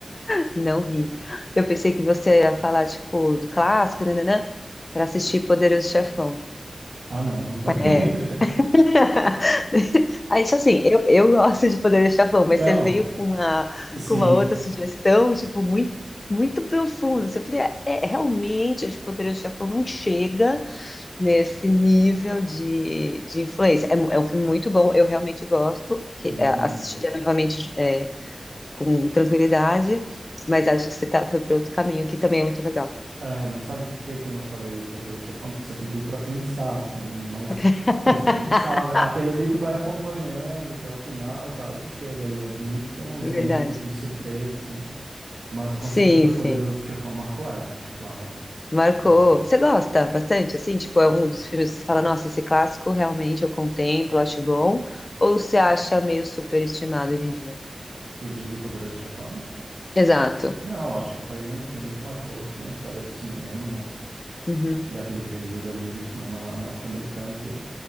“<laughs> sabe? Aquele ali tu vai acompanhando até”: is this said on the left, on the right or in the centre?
Right